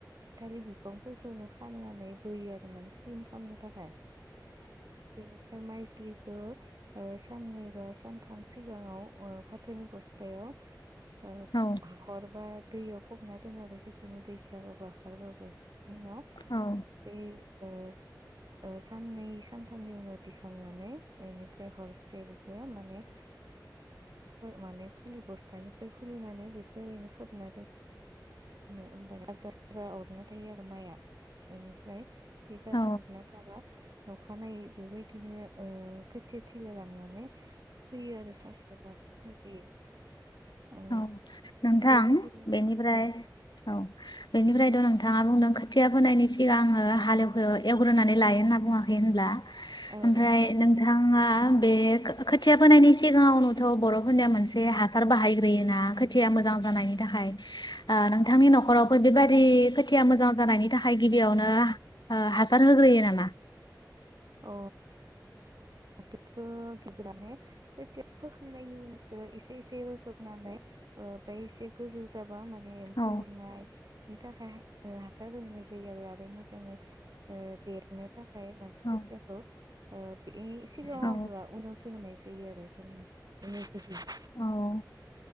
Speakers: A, on the right; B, on the left.
A: थालिर बिफांफोरखौनो खानानै बोयो आरो माने स्लिम खालामनो थाखाय। बेनिफ्राय माइ ज्लिखौ ओ साननै बा सानथाम सिगाङाव फाथोनि बस्थायाव ओ
B: औ
A: हाखर बा दैयाव फबना दोन आरो जिखुनु दैसाबाबो हाररबाबो नि उनाव
B: औ
A: बे ओ ओ साननै सानथामनि उनाव दिखांनानै बेनिफ्राय हर से बेखौ माने माने खुलि बस्थानिफ्राय खुलिनानै बेखौ ओरैनो खोबना दोन नो होमबा ना गाजार जाअरना <unintelligible> थायो आरो माइआ बेनिफ्राय बे गाजो
B: औ
A: हरना थाबा अखानायै बेबायदिनो ओ खोथिया थिला लांनानै फैयो आरो सारसोनानै फैनाय जायो। ओ
B: औ नोंथां
A: बेबायदिनो
B: बेनिफ्राय
A: औ
B: औ बेनिफ्रायथ' नोंथाङा बुंदों खोथिया फोनायनि सिगां आङो हालेवखो एवग्रोनानै लायो होनना बुङाखै होनब्ला
A: औ
B: ओमफ्राय
A: औ
B: नोंथाङा आ बे खोथिया फोनायनि सिगाङावनोथ' बर'फोरनिया मोनसे हासार बाहाय होना खोथिया मोजां जानायनि थाखाय आज नोंथांनि न'खरावबो बेबादि खोथिया मोजां जानायनि थाखाय गिबियावनो हासार होग्रोयो नामा?
A: अ बेखो गि गोरान माने खोथिया <unintelligible> फोखांनायनि उनावसो एसे से रजबनानै ओ बै एसे गोजौ जा बा माने एम्फौ
B: औ
A: अरनाय नि थाखाय हासार लोंनाय जायो आरो आरो मोजाङै देरनो था खाय माने
B: औ
A: खोथियाखौ ओ बे सिगाङाव
B: औ
A: होआ उनावसो होनाय जायो आरो जोंना <unintelligible>
B: औ औ